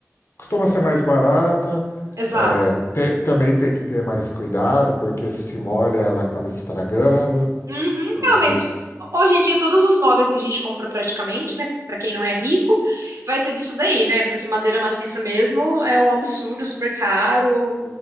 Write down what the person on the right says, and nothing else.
Exato.
Uhum.
Ah, mas hoje em dia todos os móveis que a gente compra praticamente, né, Pra quem não é rico, vai ser disso daí, né? Porque madeira maciça mesmo é um absurdo, super caro.